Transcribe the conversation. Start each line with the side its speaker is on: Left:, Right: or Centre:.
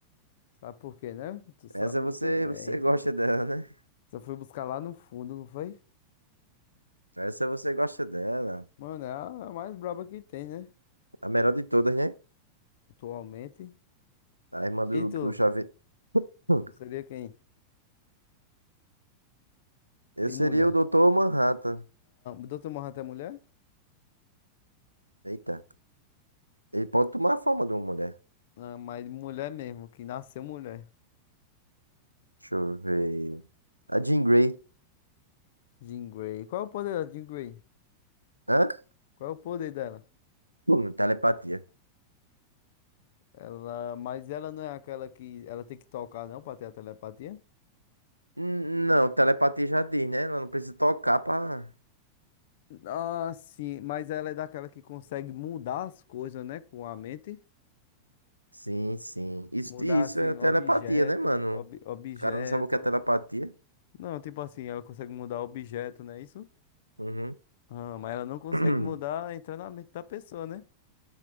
Left: Sabe por quê, né? Tu sabe
Right: Essa
Left: muito
Right: você,
Left: bem.
Right: você gosta dela, né?
Left: Só foi buscar lá no fundo, não foi?
Right: Essa você gosta dela.
Left: Mano, é a é a mais braba que tem, né?
Right: A melhor de todas, né?
Left: Atualmente.
Right: A irmã do,
Left: E tu?
Right: do Xavier. Hum.
Left: Tu
Right: <clears throat>
Left: seria quem?
Right: Eu
Left: De
Right: seria
Left: mulher.
Right: o Doutor Manhattan.
Left: Doutor Manhattan é mulher?
Right: Eita. Ele pode tomar a forma de uma mulher.
Left: Ah, mas mulher mesmo, que nasceu mulher.
Right: Deixa eu ver. A Jean Grey.
Left: Jean Grey. Qual é o poder da Jean Grey?
Right: Hã?
Left: Qual é o poder dela?
Right: Hum, telepatia.
Left: Ela, mas ela não é aquela que ela tem que tocar não pra ter a telepatia?
Right: Hum, Não, telepatia já diz, né? Ela não precisa tocar pra.
Left: Ah, sim, mas ela é daquela que consegue mudar as coisas, né, com a mente.
Right: Sim, sim. Isso,
Left: Mudar
Right: isso
Left: assim
Right: é
Left: objeto,
Right: telepatia, né, mano?
Left: ob- objeto.
Right: O cara não sabe o que é telepatia.
Left: Não, tipo assim, ela consegue mudar objeto, não é isso?
Right: Uhum.
Left: Ah, mas ela não consegue
Right: <clears throat>
Left: mudar entrar na mente da pessoa, né?